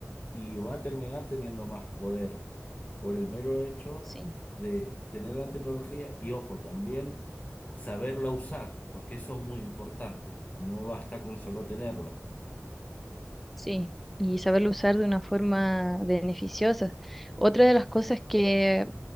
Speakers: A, on the left (about 30°); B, in the centre.
A: y va a terminar teniendo más poder por el mero hecho
B: Sí,
A: de tener la tecnología y, ojo, también saberla usar, porque eso es muy importante. No basta con solo tenerla.
B: sí. Y saberlo usar de una forma beneficiosa. Otra de las cosas que,